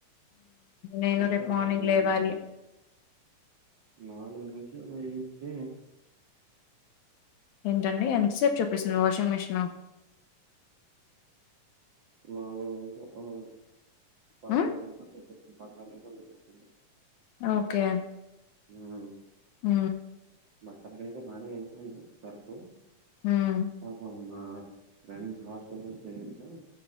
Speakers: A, on the left; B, on the right.
A: నేను
B: ఇంకా
A: రేప్ మార్నింగ్
B: పదిహేను
A: లేవాలి
B: నిమిషాలు నాలుగు నిమిషలు అయింది
A: ఏంటండి ఎంతసేపు చూపిస్తుంది వాషింగ్ మిషను
B: నాలుగు నిమిషాలు ఉండండి పదిహేను
A: హ్మ్
B: నిమిషాలు చూపిస్తుంది పదహైదు నిమిషాలు చూపిస్తుంది
A: ఓకే
B: ఉమ్మ్
A: ఉ
B: మాఅక్కలకైతే బానే ఎస్తన్నారు సరసు
A: హుమ్మ్
B: పాపమ్ మా ఫ్రెండ్స్ హాస్టల్లో స్నేహితులు